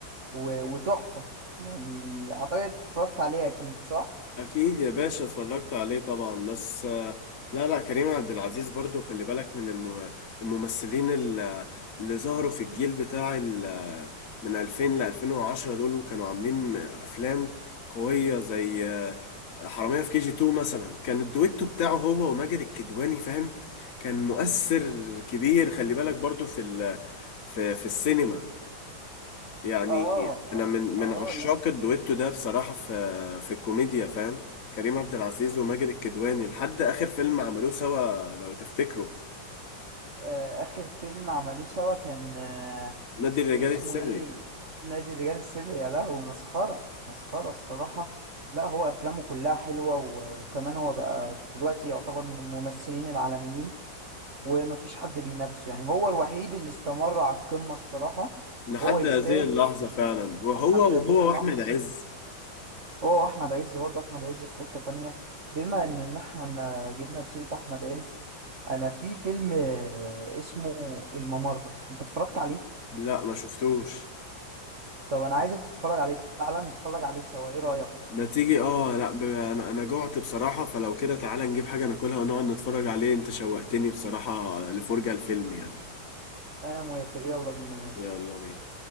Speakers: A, on the right (about 40°); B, on the left (about 45°).
A: و- وتحفة يعني أعتقد اتفرجت عليه أكيد صح؟
B: اكيد يا باشا اتفرجت عليه طبعا بس آه، لا لا كريم عبد العزيز برضو خلي بالك من الم- الممثلين ال- اللي ظهروا في الجيل بتاع ال- من 2000 ل 2010 دول وكانوا عاملين افلام قوية زي آه، حرامية في كي جي 2 مثلا كان الدويتو بتاعه هو وماجد الكدواني فاهم كان مؤثر كبير خلي بالك برضو في ال- في في السينما يعني
A: آه
B: انا من من
A: آه
B: عشاق
A: لا
B: الدويتو ده بصراحه في في الكوميديا فاهم كريم عبد العزيز وماجد الكدواني لحد اخر فيلم عملوه سوا لو تفتكروا
A: آه، آخر فيلم عملوه سوا كان آه،
B: نادي الرجال
A: اسمه
B: السري
A: إيه نادي الرجال السري يا لهوي مسخرة مسخرة الصراحة لا هو أفلامه كلها حلوة و- وكمان هو بقى دلوقتي يعتبر من الممثلين العالميين ومفيش حد بينافسه يعني هو الوحيد اللي استمر على القمة الصراحة
B: لحد
A: وهو يستاهل
B: هذه اللحظه فعلا وهو
A: حتى
B: وهو
A: هذه اللحظة
B: واحمد عز
A: هو وأحمد عز برضه أحمد عز في حتة تانية بما إن إن إحنا جبنا في سيرة أحمد عز أنا في فيلم آه، اسمه الممر أنت اتفرجت عليه؟
B: لا ما شفتوش
A: طب انا عايزك تتفرج عليه تعالى نتفرج عليه سوا ايه رأيك
B: ما تيجي اه لا ب... انا انا جوعت بصراحه فلو كده تعالى نجيب حاجه ناكلها ونقعد نتفرج عليه انت شوقتني بصراحه لفرجه الفيلم يعني
A: انا موافق يلا بينا ماشي
B: يلا بينا